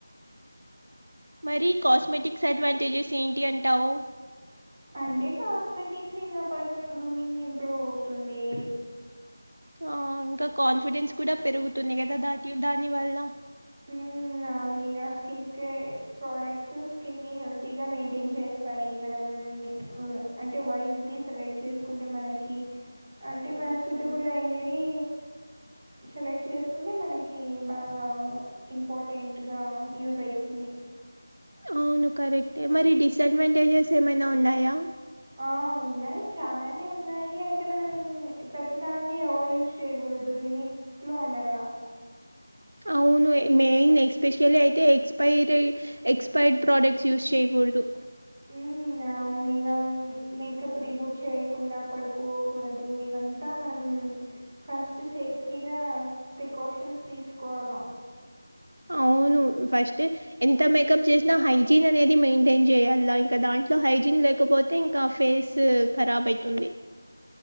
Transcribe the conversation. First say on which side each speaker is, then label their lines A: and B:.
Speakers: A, on the right (about 75°); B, on the right (about 30°).
A: మరి కాస్మెటిక్స్ అడ్వాంటేజెస్ ఏంటి అంటావు
B: అంటే కాస్మెటిక్స్ ఇంగా పర్సనల్ గ్రూమింగ్ ఇంప్రూవ్ అవుతుంది
A: ఆ ఇంకా కాన్ఫిడెన్స్ కూడా పెరుగుతుంది గదా దాకి దాని వల్ల
B: ఉమ్ అవునింగా స్కిన్ కేేర్ ప్రొడక్ట్స్ స్కిన్ ని హెల్తీ గా మెయింటైన్ చేస్తాయి మనం వ అంటే వైజలీ సెలెక్ట్ చేసుకుంటే మనకి అంటే మనకు సూటబుల్ అయిందిదీ సెలెక్ట్ చేసుకుంటే మనకి బాగా ఇంపార్టెంట్గా యూజ్ అయితుంది
A: అవును కరెక్టే మరి డిసడ్వాంటేజెస్ ఏమైనా ఉన్నాయా
B: ఆ ఉన్నాయి చాననే ఉన్నాయి అంటే మనం ప్రతిదాన్ని ఎవరు యూస్ చేయ్యకూడదు లిమిట్ లో ఉండాల
A: అవును మెయిన్ ఎస్పెషల్ అయితే ఎక్స్పైర్ ఎక్స్పైర్డ్ ప్రొడక్ట్స్ యూస్ చేయ్యకూడ కూడదు
B: హ్మ్మ్ అవును ఇగా మేకప్ రిమూవ్ చేయకుండా పడుకోకూడదు ఇవంతా మనం ఫస్ట్ సేఫ్టీగా ప్రికాషన్స్ తీసుకోవాల
A: అవును ఫస్ట్ ఎంత మేకప్ చేసినా హైజీన్ అనేది మెయింటైన్ చేయాలా ఇంకా దాంట్లో హై హైజీన్ లేకపోతే ఇంకా ఫేస్ కరాబ్ అయితుంది